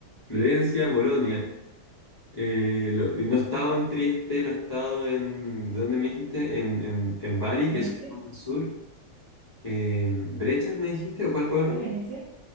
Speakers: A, on the left; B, on the right.
A: Florencia, Bolonia. Eh, lo- y no he estado en Trieste, no he estado en... ¿de ¿Dónde me dijiste? En, en, en Bari,
B: Venecia,
A: que eso es más al sur. Eh, ¿Brechas me dijiste? ¿O cuál, cuál otro?
B: ¿de Venecia.